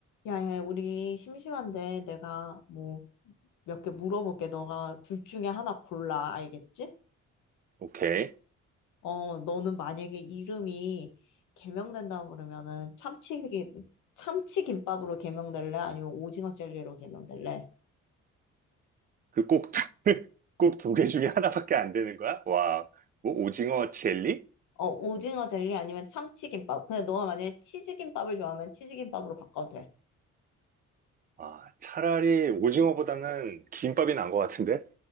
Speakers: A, on the left (about 85°); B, on the right (about 30°).
A: 야, 야, 우리 심심한데 내가 뭐 몇 개 물어볼게. 너가 둘 중에 하나 골라. 알겠지?
B: 오케이.
A: 어, 너는 만약에 이름이 개명된다고 그러면은 참치기, 참치김밥으로 개명될래? 아니면 오징어 젤리로 개명될래?
B: 그 꼭, <laughs> 꼭 두 개 중에 하나밖에 안 되는 거야? 와, 뭐 오징어 젤리?
A: 어, 오징어 젤리 아니면 참치김밥. 근데 너가 만약에 치즈김밥을 좋아하면 치즈김밥으로 바꿔도 돼.
B: 아, 차라리 오징어보다는 김밥이 난 것 같은데?